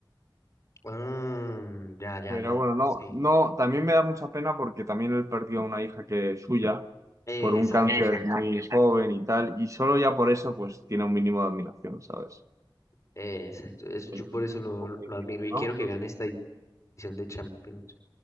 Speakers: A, on the left; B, on the right.
A: Ah, ya, ya,
B: Pero
A: ya.
B: bueno, no,
A: Sí.
B: no, también me da mucha pena porque también él perdió a una hija que es suya
A: Eh,
B: por un
A: Exacto,
B: cáncer
A: exacto.
B: muy joven y tal, y solo ya por eso pues tiene un mínimo de admiración, ¿sabes?
A: Eh, Exacto, eso,
B: Es
A: yo por
B: un
A: eso lo,
B: poco difícil,
A: lo admiro y
B: ¿no?
A: quiero que gane esta edición de Champions.